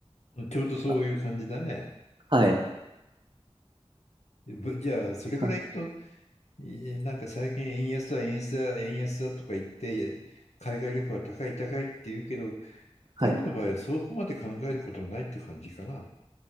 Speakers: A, on the left (about 85°); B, on the right (about 45°).
A: んちょうどそういう感じだね。
B: あはい、
A: ぶじゃあ、それから行くと、
B: はい、
A: いなんか最近円安だ、円安だ、円安だとか言って、海外旅行は高い高いって言うけど、
B: はい。
A: タイの場合はそこまで考えることもないって感じかな。